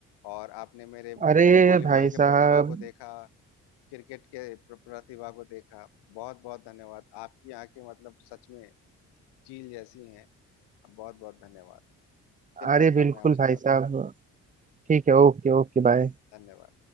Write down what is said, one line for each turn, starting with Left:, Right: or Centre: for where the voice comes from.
Left: और आपने मेरे
Right: अरे
Left: वॉलीबॉल
Right: भाई
Left: के
Right: साहब
Left: प्रतिभा को देखा क्रिकेट के प्र- प्रतिभा को देखा बहुत बहुत धन्यवाद आपकी आंखें मतलब सच में चील जैसी हैं बहुत बहुत धन्यवाद फिर
Right: अरे
Left: करता
Right: बिल्कुल
Left: हूँ मैं आपसे
Right: भाई
Left: बात
Right: साहब ठीक है ओके ओके बाय
Left: धन्यवाद